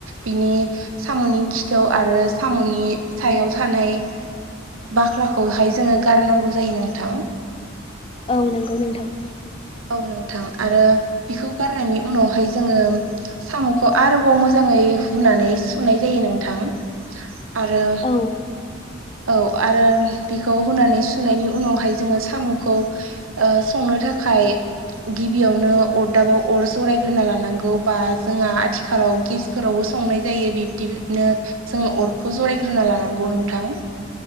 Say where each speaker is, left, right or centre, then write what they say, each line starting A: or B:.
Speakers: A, on the right; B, on the left.
A: बिनि। सामनि खिथाव आरो सामनि सायाव थानाय बाख्लाखौहाय जोङो गारनांगौ जायो नोंथां।
B: औ नंगौ नोंथां।
A: औ नोंथां आरो बिखौ गारनायनि उनावहाय जोङो। सामखौ आरोबाव मोजाङै हुनानै सुनाय जायो नोंथां। आरो
B: औ
A: औ आरो बेखौ होनानै सुनायनि उनावहाय जोङो सामखौ। ओ-संनो थाखाय। गिबियावनो अरदाबाव अर जरायग्रोना लानांगौ बा जोंहा आथिखालाव गेस फोरावबो संनाय जायो बिब्दिनो जोङो अरखौ जरायग्रोना लानांगौ नोंथां।